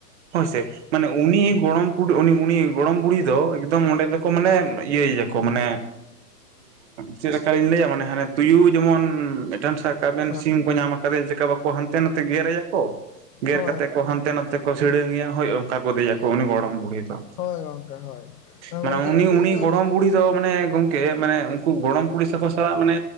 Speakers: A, on the right (about 45°); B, on the left (about 70°).
A: ᱦᱳᱭ ᱥᱮ ᱢᱟᱱᱮ ᱩᱱᱤ ᱜᱚᱲᱚᱢ ᱠᱩ ᱩᱱᱤ ᱜᱚᱲᱚᱢ ᱵᱩᱲᱦᱤ ᱫᱚ ᱮᱠᱫᱚᱢ ᱚᱸᱰᱮ ᱫᱚᱠᱚ ᱢᱟᱱᱮ ᱤᱭᱟᱹᱭ ᱟᱠᱚ ᱢᱟᱱᱮ ᱪᱮᱫᱞᱮᱠᱟᱞᱤᱧ ᱞᱟᱹᱭᱟ ᱢᱟᱱᱮ ᱦᱟᱱᱮ ᱛᱩᱭᱩ ᱡᱮᱢᱚᱱ ᱢᱤᱫᱴᱟᱝ ᱥᱟᱵ ᱠᱟᱵᱮᱱ
B: ᱦᱳᱭ
A: ᱥᱤᱢ ᱧᱟᱢ ᱟᱠᱟᱫᱮᱭᱟ ᱪᱮᱠᱟ ᱵᱟᱠᱚ ᱦᱟᱱᱛᱮ ᱱᱟᱛᱮ ᱜᱮᱨᱮᱭᱟ ᱠᱚ ᱜᱮᱨ
B: ᱦᱳᱭ
A: ᱠᱟᱛᱮ ᱠᱚ ᱦᱟᱱᱛᱮ ᱱᱟᱛᱮ ᱠᱚ ᱥᱤᱲᱟᱹᱝᱮᱭᱟ ᱦᱳᱭ ᱚᱱᱠᱟ ᱠᱚ ᱫᱮᱭᱟᱠᱚ ᱩᱱᱤ ᱜᱚᱲᱚᱢ ᱵᱩᱲᱦᱤ ᱫᱚ
B: ᱦᱳᱭ ᱜᱚᱝᱠᱮ ᱦᱳᱭ
A: ᱢᱟᱱᱮ
B: ᱜᱚᱝᱠᱮ
A: ᱩᱱᱤ
B: ᱟᱹᱞᱤᱧ
A: ᱩᱱᱤ ᱜᱚᱲᱚᱢ
B: ᱦᱚᱸ
A: ᱵᱩᱲᱦᱤ ᱫᱚ ᱢᱟᱱᱮ ᱜᱚᱝ ᱮ ᱢᱟᱱᱮ ᱩᱱᱠᱩ ᱜᱚᱲᱚᱢ ᱠᱩᱲᱤ ᱥᱟᱠᱚ ᱥᱟᱞᱟᱜ ᱢᱟᱱᱮ